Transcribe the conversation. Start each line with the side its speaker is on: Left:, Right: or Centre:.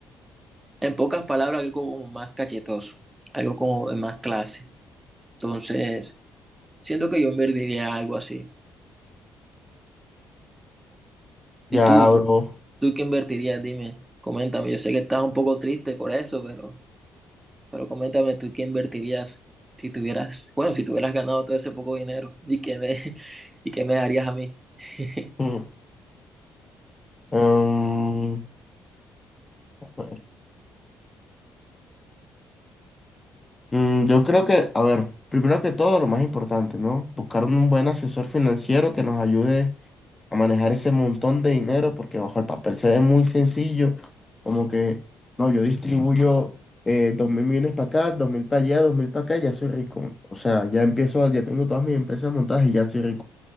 Right: en pocas palabras, algo como más cachetoso, algo como de más clase. Entonces, siento que yo invertiría algo así. ¿Y
Left: Ya,
Right: tú, tú,
Left: bro.
Right: tú qué invertirías? Dime, coméntame. Yo sé que estás un poco triste por eso, pero, pero coméntame tú qué invertirías si tuvieras, bueno, si tuvieras ganado todo ese poco dinero y qué me, <laughs> y qué me darías a mí. <laughs>
Left: Mm. Em, a ver. Mm, yo creo que, a ver, primero que todo, lo más importante, ¿no? Buscar un buen asesor financiero que nos ayude a manejar ese montón de dinero, porque bajo el papel se ve muy sencillo, como que, no, yo distribuyo eh, dos mil millones para acá, dos mil para allá, dos mil para acá, y ya soy rico. O sea, ya empiezo, ya tengo todas mis empresas montadas y ya soy rico.